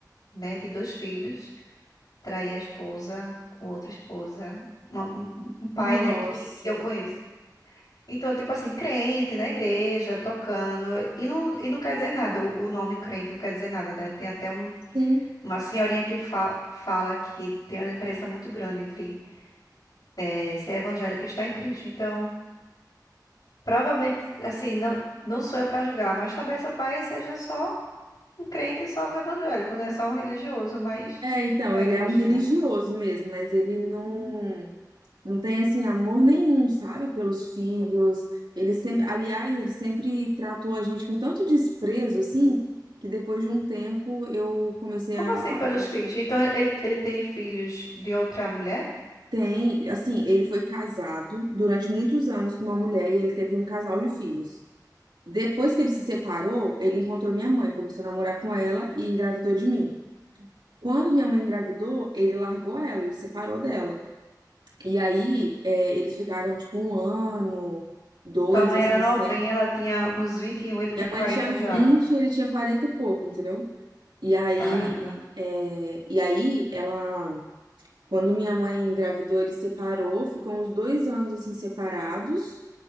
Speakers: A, on the left (about 65°); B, on the right (about 90°).
A: né, de dois filhos, trair a esposa com outra esposa. Uma- um, um um pai,
B: Nossa.
A: né, que, que eu conheço. Então, tipo assim, crente na igreja, tocando, e não, e não quer dizer nada, o, o nome crente não quer dizer nada, né? Tem até um-
B: Sim.
A: uma senhorinha que, fa- que fala que tem uma diferença muito grande entre eh, ser evangélico e estar em Cristo. Então, provavelmente, assim, não, não sou eu para julgar, mas talvez seu pai seja só um crente e só um evangélico, né? Só um religioso, mas
B: É, então,
A: tá
B: ele
A: em Cristo,
B: é um religioso
A: né?
B: mesmo, mas ele não
A: Uhum.
B: não tem assim amor nenhum, sabe, pelos filhos. Ele sempre, aliás, ele sempre tratou a gente com tanto desprezo assim, que depois de um tempo eu comecei
A: Como
B: a,
A: assim
B: a
A: pelos filhos? Então, ele, ele tem filhos de outra mulher?
B: Tem, assim, ele foi casado durante muitos anos com uma mulher e ele teve um casal de filhos. Depois que ele se separou, ele encontrou minha mãe, começou a namorar com ela e engravidou de mim. Quando minha mãe engravidou, ele largou ela, ele se separou dela. E aí, é, eles ficaram tipo um ano, dois,
A: Tua mãe
B: assim,
A: era novinha,
B: sem.
A: ela tinha uns vinte e um ele tinha
B: Minha
A: 40
B: mãe tinha
A: já.
B: 20 e ele tinha 40 e pouco, entendeu? E aí,
A: Caramba.
B: é, e aí ela, quando minha mãe engravidou, ele separou, ficou uns dois anos assim separados.